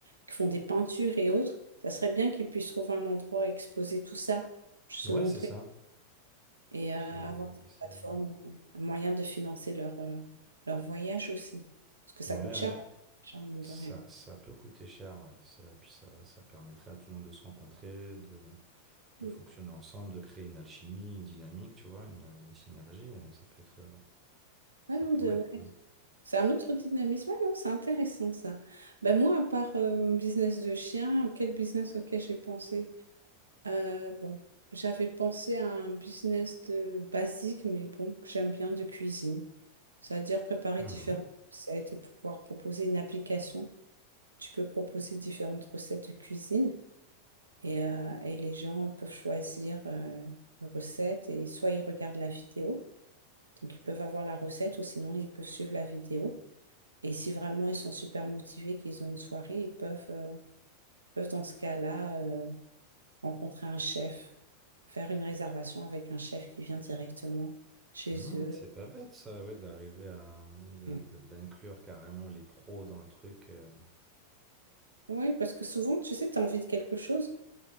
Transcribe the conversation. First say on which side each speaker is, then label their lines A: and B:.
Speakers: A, on the right (about 80°); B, on the right (about 20°).
A: qui font des peintures et autres. Ça serait bien qu'ils puissent trouver un endroit et exposer tout ça, se
B: Ouais,
A: montrer
B: c'est ça.
A: et euh,
B: C'est,
A: avoir cette
B: c'est-
A: plateforme, un moyen de financer leur euh, leur voyage aussi parce que ça
B: Ouais, ouais.
A: coûte cher, cher mine
B: Ça,
A: de rien.
B: ça peut coûter cher, ouais. Ça, puis ça, ça permettrait à tout le monde de se rencontrer, de, de
A: Mm.
B: fonctionner ensemble, de créer une alchimie, une dynamique, tu vois, une, une synergie. Ça peut être, ça
A: Ouais, non,
B: pourrait
A: de, ouais.
B: être cool.
A: C'est un autre dynamisme. Ouais, non, c'est intéressant ça. Ben moi, à part euh, business de chien, quel business auquel j'ai pensé? Euh, bon, j'avais pensé à un business de basique, mais bon, j'aime bien de cuisine. C'est-à-dire préparer
B: Mhm.
A: différentes recettes et pouvoir proposer une application. Tu peux proposer différentes recettes de cuisine et, euh, et les gens peuvent choisir euh, une recette et soit ils regardent la vidéo, donc ils peuvent avoir la recette ou sinon ils peuvent suivre la vidéo. Et si vraiment ils sont super motivés, qu'ils ont une soirée, ils peuvent, euh, peuvent dans ce cas-là euh, rencontrer un chef, faire une réservation avec un chef qui vient directement chez
B: Hmm,
A: eux.
B: c'est pas bête ça, ouais, d'arriver à de-
A: Ouais.
B: de- d'inclure carrément les pros dans le truc. euh.
A: Oui, parce que souvent, tu sais, tu as envie de quelque chose